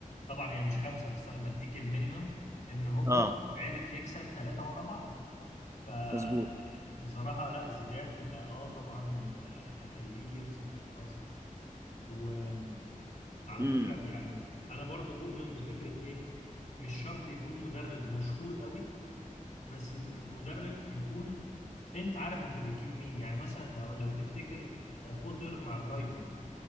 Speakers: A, on the left; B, on the right.
A: طبعا هي مش خمسة بس أنا بديك المينيمم إن هو
B: اه
A: عرف يكسب ثلاثة ورا بعض فبصراحة
B: مظبوط
A: لا زيدان آه آه طبعا آه، أخليه يمسك أرسنال يعني وعلى
B: امم
A: فكرة يعني أنا برضو بؤمن بفكرة إيه مش شرط يكون مدرب مشهور قوي بس م- مدرب يكون أنت عارف أنت بتجيب مين يعني مثلا لو تفتكر آه، بوتر مع برايتون